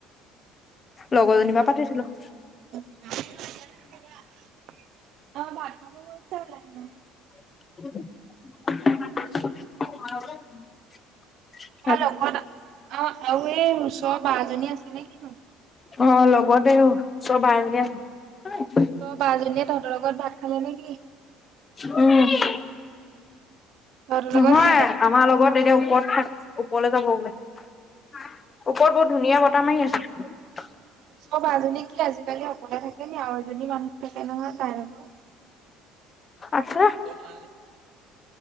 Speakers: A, on the left (about 25°); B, on the right (about 60°).
A: লগৰজনী পা পাতিছিলোঁ।
B: <unintelligible> অ', ভাত খাব গৈছে লাহে-লাহে।
A: <unintelligible>
B: তাৰ লগত, অ', আৰু এই ওচৰৰ ব জনী আছে নে কিনো?
A: অ', লগতে ওচৰৰ বাঁহ এজনী আছে।
B: বাঁহ জনীয়ে তহঁতৰ লগতাত খালে নেকি?
A: উম।
B: তহঁতৰ
A: নহয়,
B: লগত খালে।
A: আমাৰ লগত এতিয়া ওপৰত থাক ওপৰলৈ যাব বোলে। ওপৰত বহুত ধুনীয়া বতাহ মাৰি আছে।
B: ওচৰ বাঁহ জনী কি আজিকালি অকলে থাকে নি? আৰু এজনী মানুহ থাকে নহয় তাইৰ লগত।
A: আছে।
B: নাই।